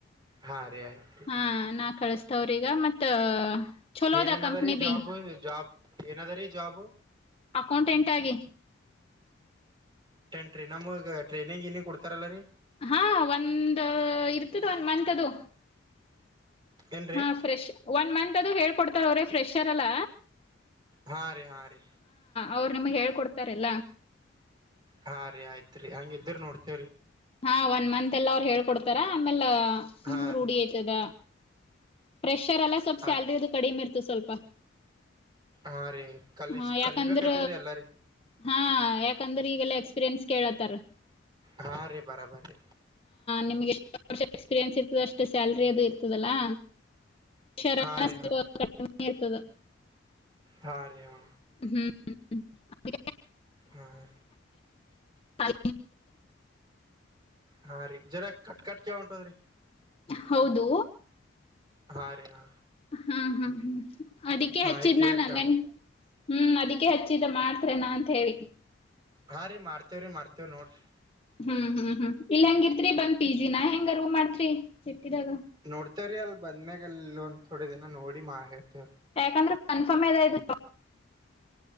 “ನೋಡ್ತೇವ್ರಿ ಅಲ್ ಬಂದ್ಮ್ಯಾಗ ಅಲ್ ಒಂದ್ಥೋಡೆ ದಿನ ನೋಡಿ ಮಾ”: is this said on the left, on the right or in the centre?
Right